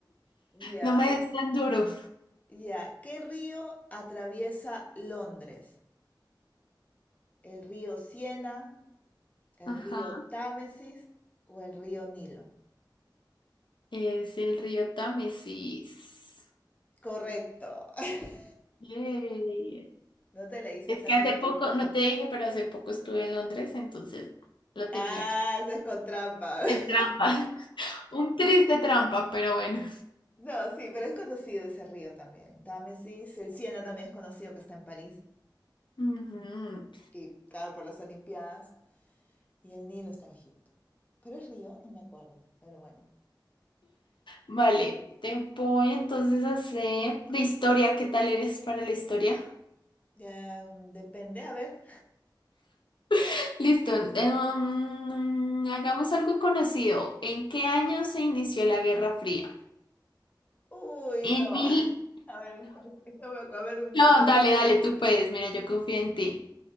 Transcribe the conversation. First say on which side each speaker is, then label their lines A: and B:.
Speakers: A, on the left; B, on the left.
A: Ya.
B: No me des tan duro.
A: Ya, ¿qué río atraviesa Londres? ¿El río Siena, el
B: Ajá.
A: río Támesis o el río Nilo?
B: Es el río Támesis.
A: Correcto. <laughs>
B: Yay.
A: No te la hice
B: Es
A: tan
B: que hace
A: difícil.
B: poco, no te dije, pero hace poco estuve en Londres, entonces lo
A: Ah,
B: tenía aquí.
A: eso es con trampa. <laughs>
B: Es trampa, <laughs> un triste trampa, pero bueno.
A: No, sí, pero es conocido ese río también. Támesis, el Siena también es conocido que está en París.
B: Ujú.
A: Y claro, por las Olimpiadas. Y el Nilo está en Egipto. ¿Pero es río? No me acuerdo. Pero bueno.
B: Vale, te voy entonces a hacer de historia. ¿Qué tal eres para la historia?
A: Ya, mm, depende. A ver.
B: <laughs> Listo, eh, mm, hagamos algo conocido. ¿En qué año se inició la Guerra Fría?
A: Uy,
B: En
A: no.
B: mil...
A: <laughs> A ver, eso me acu- A ver,
B: No,
A: dime.
B: dale, dale, tú puedes, mira, yo confío en ti.